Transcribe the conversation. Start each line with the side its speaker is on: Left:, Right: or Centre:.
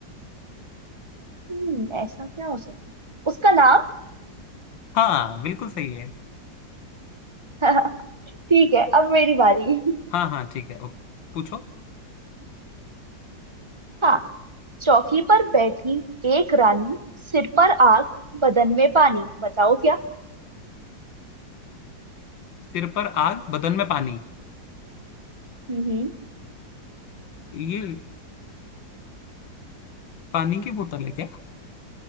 Right: हम्म ऐसा क्या हो सकता है उसका नाम
Left: हाँ बिल्कुल सही है
Right: <laughs> ठीक है अब मेरी बारी
Left: हाँ हाँ ठीक है ओके पूछो
Right: हाँ चौकी पर बैठी एक रानी सिर पर आग बदन में पानी बताओ क्या
Left: सिर पर आग बदन में पानी
Right: हम्म
Left: ये पानी की बोतल है क्या